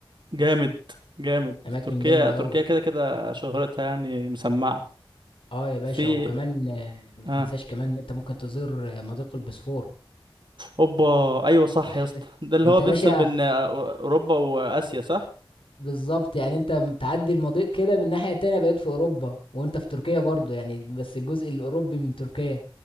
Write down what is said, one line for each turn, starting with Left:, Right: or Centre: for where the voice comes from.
Right: جامد جامد
Left: أماكن
Right: تركيا
Left: جامدة
Right: تركيا
Left: أوي.
Right: كده كده شهرتها يعني مسمعة
Left: آه يا باشا
Right: في
Left: وكمان آه، ما
Right: اه
Left: تنساش كمان إن أنت ممكن تزور آه، مضيق البسفور
Right: اوبا ايوه صح
Left: أيوة
Right: يا اسطى
Left: يا باشا
Right: ده اللي
Left: أنت
Right: هو بيفصل
Left: يا باشا
Right: بين آه، اوروبا واسيا صح
Left: بالظبط يعني أنت بتعدي المضيق كده من الناحية التانية بقيت في أوروبا وأنت في تركيا برضه يعني بس الجزء الأوروبي من تركيا